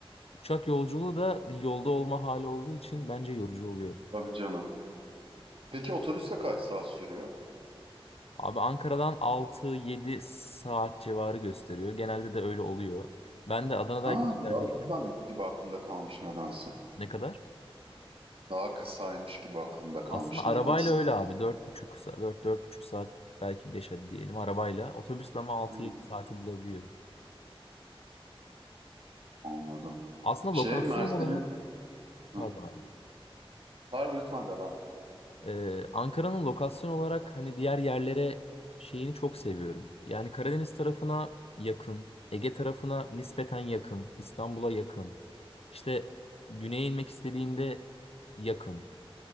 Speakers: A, on the left; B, on the right.
A: uçak yolculuğu da bir yolda olma hali olduğu için bence yorucu oluyor.
B: Tabii canım. Peki otobüsle kaç saat sürüyor?
A: Abi Ankara'dan altı yedi saat civarı gösteriyor. Genelde de öyle oluyor. Ben de Adana'dayken
B: Ha
A: özellikle
B: daha kısaymış gibi aklımda kalmış nedense.
A: ne kadar?
B: Daha kısaymış gibi aklımda kalmış
A: Aslında arabayla
B: nedense.
A: öyle abi. dört buçuk saat, dört dört buçuk saat belki 5 hadi diyelim arabayla. Otobüsle ama altı
B: Hı.
A: yedi saati bulabiliyor.
B: Anladım.
A: Aslında
B: Şey
A: lokasyon
B: Mersin'in
A: olarak
B: Hı.
A: pardon abi.
B: pardon lütfen devam. et.
A: Ee, Ankara'nın lokasyon olarak hani diğer yerlere şeyini çok seviyorum. Yani Karadeniz tarafına yakın, Ege tarafına nispeten yakın, İstanbul'a yakın. İşte güneye inmek istediğinde yakın.